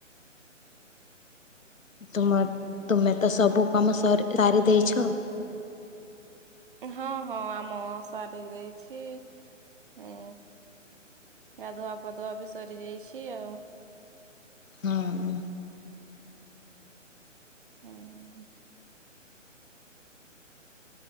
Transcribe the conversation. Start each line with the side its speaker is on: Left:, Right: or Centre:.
Left: ତୁମର ତୁମେ ତ ସବୁ କାମ ସାରିଦେଇଛ।
Right: ହଁ ହଁ ଆମ ସାରିଦେଇଛି। ଇଁ ଗାଧୁଆ ପାଧୁଆ ବି ସରିଯାଇଛି ଆଉ।
Left: ହୁଁ
Right: ହୁଁ ହୁଁ।